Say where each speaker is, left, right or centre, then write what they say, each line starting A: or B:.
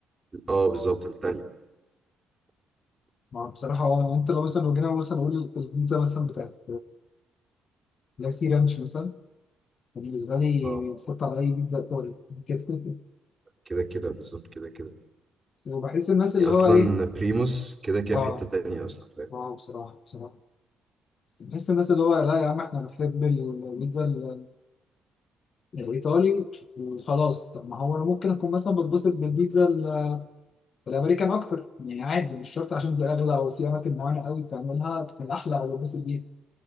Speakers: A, on the right; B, on the left.
A: اه بالظبط التانية
B: ما بصراحه هو انت لو مثلا لو جينا مثلا نقول البيتزا مثلا بتاعت لاسي رانش مثلا بالنسبه لي
A: اه
B: تحط على اي بيتزا ايطالي كده <laughs>
A: كده كده بالظبط كده كده
B: وبحس الناس اللي
A: يعني
B: هو
A: أصلا
B: ايه
A: بريموس كده كده
B: اه
A: في حتة تانية أصلا فاهم
B: واو بصراحة بصراحة بس بحس الناس اللي هو لا يا عم احنا بنحب ال- البيتزا ال- الإيطالي وخلاص طب ما هو أنا ممكن أكون مثلا بتبسط بالبيتزا ال- الأمريكان أكتر يعني عادي مش شرط عشان دي أغلى أو في أماكن معينة قوي بتعملها بتكون أحلى أو بتبسط بيها